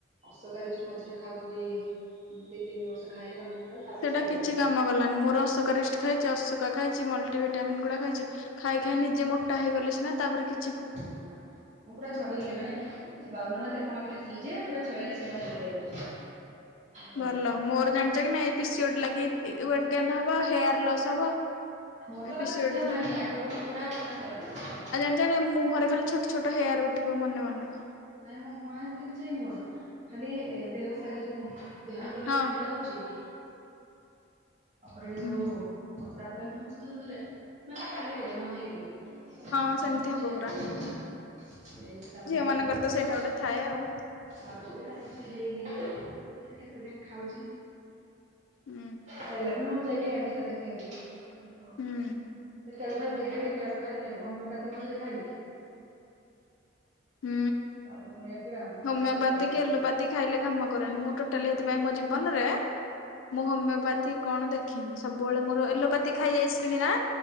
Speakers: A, on the right; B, on the left.
A: ଅସକାରିଷ୍ଟ ମଝିରେ ଖାଉଥିଲି ଦି ତିନି ବର୍ଷ ଖାଇଲି କଣ୍ଟିନ୍ୟୁ କଲି। ତାପରେ
B: ସେଇଟା
A: ଛାଡ଼ିଦେଲି
B: କିଛି କାମ କଲାନି ମୋର ଅସକରିଷ୍ଟ ଖାଇଛି, ଅସୁକା ଖାଇଛି, ମଲ୍ଟିଭିିଟାମିନ୍ ଗୁଡା ଖାଇଛି, ଖାଇ ଖାଇ ନିଜେ ମୋଟା ହେଇଗଲି ସିନା ତାପରେ କି
A: ନା। ମୁଁ ପୁରା ଝଡିଗଲି, ମାନେ ବାଉନ ନା ତେପନ କିଲୋ ଥିଲି ଯେ ପୁରା ଛୟାଳିଶ କିଲୋ ହେଇଗଲି ଏବେ। ଗଲା
B: ଭଲ, ମୋର ଜାଣିଛ କି ନାଇ ପିସିଓଡି ଲାଗି ୱେଟ୍ ଗେନ୍ ହବ, ହେୟାର ଲସ୍ ହବ।
A: ମୋର
B: ଏ
A: ତ
B: ପିସିଓଡି
A: କାଲେ ଚୁଟି ଆଉ
B: ଥିଲା
A: ନାହିଁ, ଆଗ ପଟୁ ପୁରା ଚନ୍ଦା ହେଇଗଲାଣି।
B: ଆଉ ଜାଣିଚକି ନାଇଁ ମୁହଁରେ ଖାଲି ଛୋଟ ଛୋଟ ହେୟାର ଉଠିବ ମନେ ମନେ।
A: ନାଇଁ ମୁଁ ହଁ ଏମତି କିଛି ହେଇନି ମୋର, ଖାଲି ଦେହସାଇ ଯୋଉ ଦେହ ମୁଣ୍ଡ ଖାଲି
B: ହଁ।
A: ପୀଡ଼ା ହୋଉଛି। ତାପରେ ଏ
B: ହୁଁ।
A: ଯୋଉ ଆଣ୍ଟା ପେନ୍ ହଉଛି ଥରେ ଥରେ ମାନେ ଖାଲିରେ ନ ହେଇକି ବି।
B: ହଁ
A: ଯାହା
B: ସେମିତି
A: ଅଛି
B: ହବ
A: ଆଉ।
B: ପରା
A: ଏଇ ତାପରେ
B: ଝିଅ
A: ଏଇଟି
B: ମାନଙ୍କର
A: ଖାଉଛି ତ।
B: ସେଇଟା ଗୋଟେ ଥାଏ ଆଉ।
A: ଖାଉଛି ତ କାଇ କିଛି ହେଇନି, ଦେଖିଆ କେତେ ଦିନ ଖାଉଛି।
B: ହୁଁ।
A: ହେଲାଠୁ ନହେଲେ ଯାଇକି ଏମସ ରେ ଦେଖେଇବେ ସେତବେଳକୁ
B: ହୁଁ
A: ଖାଇବେ ଦି ତିନି ଆଡୁ ଖାଇଲିଣୀ ଏବେ ହୋମିପାଥି ମଝିରେ ଖାଇଲି।
B: ହୁଁ।
A: ତାପରେ ପୁଣି ଏଗୁଡ଼ା, ମୁଁ
B: ହୋମିଓପାଥି
A: କହିଲି କେତେଆଡୁ ଖାଇବୁ।
B: କି ଏଲୋପାଥି ଖାଇଲେ କାମ କରେନି, ମୁଁ ଟୋଟାଲି ସେଥିପାଇଁ ମୋ ଜୀବନରେ ମୁଁ ହୋମିଓପାଥି କଣ ଦେଖିନି, ସବୁବେଳେ ମୋର ଏଲୋପାଥି ଖାଇଯାଇଆସିଲିଣି ନା।